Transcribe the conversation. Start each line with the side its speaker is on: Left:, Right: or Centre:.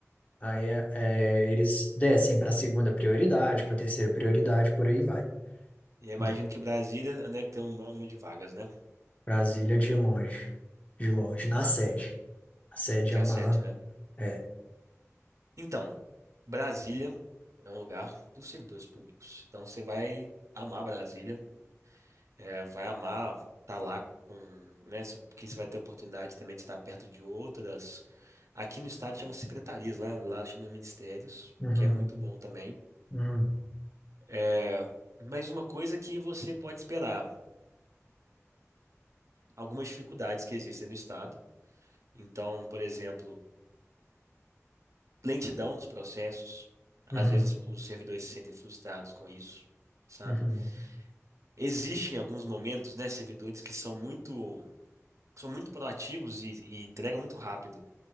Left: Aí é, é, eles descem para segunda prioridade, para terceira prioridade, por aí vai.
Right: E eu imagino
Left: entendeu?
Right: que Brasília, né, tem um número de vagas, né?
Left: Brasília de longe, de longe, na sede. A sede
Right: E que
Left: é a
Right: é a
Left: maior.
Right: sede,
Left: né?
Right: né?
Left: É.
Right: Então, Brasília é um lugar dos servidores públicos. Então, você vai amar Brasília, é, vai amar estar lá com, né? se- Porque você vai ter oportunidade também de estar perto de outras. Aqui no estado chama secretarias, lá, lá chama ministérios,
Left: Uhum,
Right: que é muito bom também.
Left: uhum,
Right: É, mas uma coisa que você pode esperar, algumas dificuldades que existem no Estado. Então, por exemplo, lentidão nos processos. Às
Left: uhum,
Right: vezes os servidores se sentem frustrados com isso, sabe?
Left: uhum,
Right: Existem alguns momentos, né, servidores que são muito, que são muito proativos e, e entregam muito rápido.